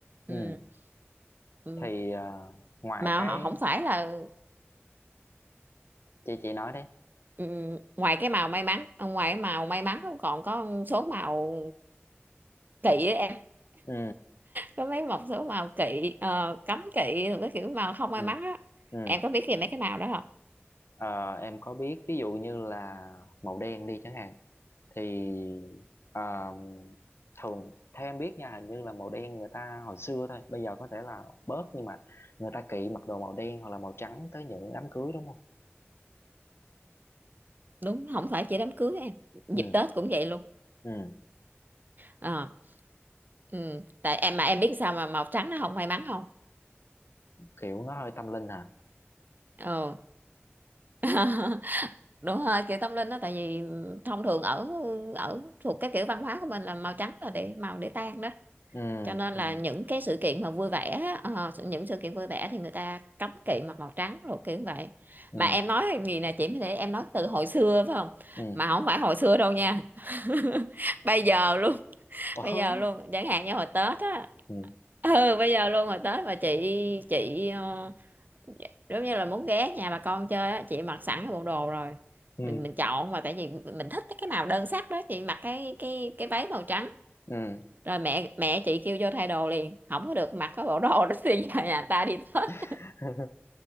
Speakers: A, on the right; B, on the left.
A: ừ.
B: ừ
A: ừ.
B: thì à, ngoài
A: mà
B: cái
A: họ không phải là
B: chị chị nói đấy
A: ừ, ngoài cái màu may mắn ờ, ngoài cái màu may mắn còn có số màu kỵ ấy, em
B: ừ
A: có mấy một số màu kỵ ờ, cấm kỵ rồi cái kiểu màu không may
B: ừ
A: mắn á
B: ừ
A: em có biết gì mấy cái màu đó
B: Ờ, em có biết ví dụ như là màu đen đi chẳng hạn thì à, thường theo em biết nha hình như là màu đen người ta hồi xưa thôi bây giờ có thể là bớt nhưng mà người ta kỵ mặc đồ màu đen hoặc là màu trắng tới những đám cưới đúng không
A: đúng không phải chỉ đám cưới em
B: ừ
A: dịp Tết cũng vậy luôn
B: ừ
A: Ờ, ừ. tại em mà em biết sao mà màu trắng nó không may mắn không
B: kiểu nó hơi tâm linh hả
A: ừ <laughs> đúng rồi kiểu tâm linh đó tại vì thông thường ở ở thuộc cái kiểu văn hóa của mình là màu trắng là để màu để tan đó
B: ừ
A: cho nên
B: ừ
A: là những cái sự kiện mà vui vẻ á, ờ, những sự kiện vui vẻ thì người ta cấm kỵ mặc màu trắng rồi kiểu vậy
B: ừ
A: mà em nói cái gì nè chị mới để em nói từ hồi xưa phải không
B: ừ
A: mà không phải hồi xưa đâu nha <laughs> bây giờ luôn
B: Ủa?
A: bây giờ luôn chẳng hạn như hồi Tết á
B: ừ
A: ừ bây giờ luôn rồi Tết mà chị chị ờ, giống như là muốn ghé nhà bà con chơi á chị mặc sẵn cái bộ đồ rồi
B: ừ
A: mình mình chọn mà tại vì mình thích cái màu đơn sắc đó chị mặc cái cái cái váy màu trắng
B: ừ
A: rồi mẹ mẹ chị kêu vô thay đồ liền không có được mặc cái bộ đồ đó <laughs> thì giờ nhà ta đi <laughs> Tết
B: <laughs>